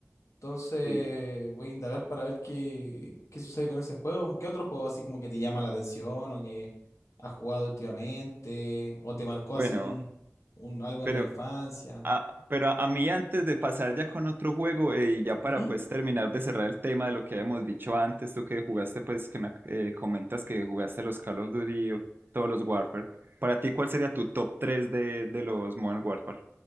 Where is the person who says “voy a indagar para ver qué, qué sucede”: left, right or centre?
Left